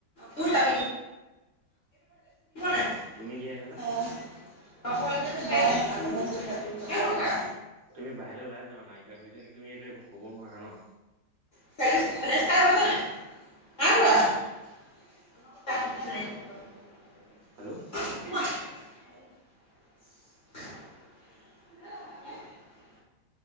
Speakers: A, on the left; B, on the right.
A: পোৱা নাই?
B: তুমি কিহেৰে খালা?
A: অ'। মই আলু ভাজি, দালি, মটৰ।
B: তুমি বাহিৰলে ওলাই যোৱা না। ইহতকেইজনী তুমি এইটো একো কব নোৱাৰা ন।
A: <unintelligible> <unintelligible>
B: হেল্লো'।
A: <unintelligible> <unintelligible>